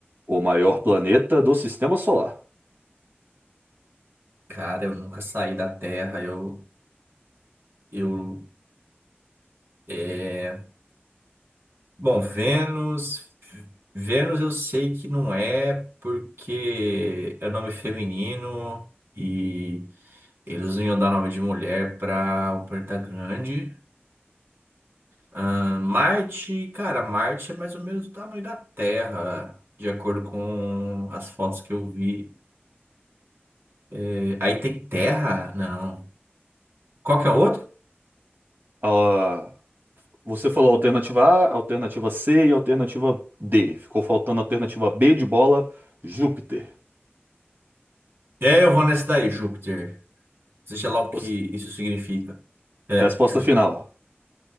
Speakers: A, on the right; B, on the right.
A: O maior planeta do sistema solar.
B: Cara, eu nunca saí da Terra. Eu, eu é, Bom, Vênus. Vênus eu sei que não é porque é nome feminino e eles não iam dar nome de mulher para um planeta grande. Ah, Marte, cara, Marte é mais ou menos do tamanho da Terra, de acordo com as fotos que eu vi. É, aí tem Terra? Não. Qual que é o outro?
A: Ah, você falou alternativa A, alternativa C e alternativa D. Ficou faltando a alternativa B de bola, Júpiter.
B: É, eu vou nessa daí, Júpiter. Seja lá o que
A: Os-
B: isso significa. É,
A: Resposta
B: Júpiter.
A: final.